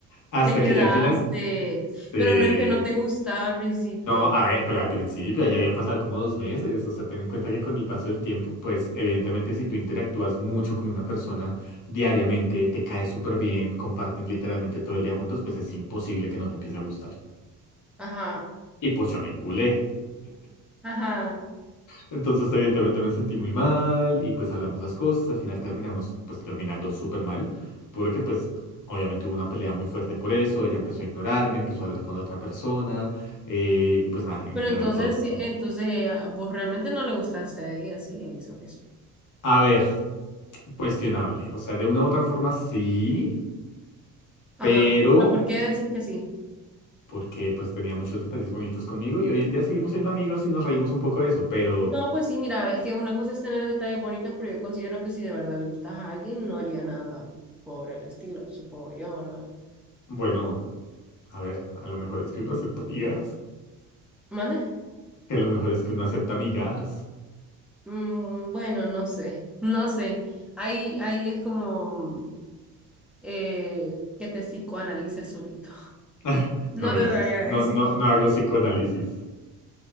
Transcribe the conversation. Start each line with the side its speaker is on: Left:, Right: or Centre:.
Left: Hasta
Centre: Te quedaste.
Left: que ya al final se
Centre: Pero no es que no te gustaba al principio.
Left: No, a ver, pero al principio ya habían pasado como dos meses, o sea, ten en cuenta que con el paso del tiempo, pues evidentemente si tú interactúas mucho con una persona diariamente, te cae súper bien, comparten literalmente todo el día juntos, pues es imposible que no te empiece a gustar.
Centre: Ajá.
Left: Y pues yo me enculé.
Centre: Ajá.
Left: Entonces evidentemente me sentí muy mal y pues hablamos las cosas, al final terminamos pues terminando súper mal, porque pues obviamente hubo una pelea muy fuerte por eso, ella empezó a ignorarme, empezó a hablar con la otra persona, eh, y pues nada, en
Centre: Pero
Left: general
Centre: entonces,
Left: todo súper
Centre: sí, entonces
Left: mal.
Centre: ella- vos realmente no le gustaste a ella, sí, ella hizo eso.
Left: A ver. Cuestionable. O sea, de una u otra forma sí,
Centre: Ajá.
Left: pero
Centre: ¿Pero por qué decís que sí?
Left: porque pues tenía muchos detalles bonitos conmigo y hoy en día seguimos siendo amigos y nos reímos un poco de eso, pero
Centre: No, pues sí, mira, es que una cosa es tener detalles bonitos, pero yo considero que si de verdad le gustas a alguien, no haría nada por el estilo, supongo yo, ¿verdad?
Left: bueno, a ver, a lo mejor es que uno acepta amigas,
Centre: ¿Mande?
Left: <laughs> a lo mejor es que uno acepta amigas.
Centre: Mm, bueno, no sé, <laughs> no sé. Ahí, ahí es como eh, que te psicoanalices solito.
Left: <laughs>
Centre: <laughs> No
Left: No, gracias.
Centre: te sabría
Left: No,
Centre: decir.
Left: no, no hago psicoanálisis.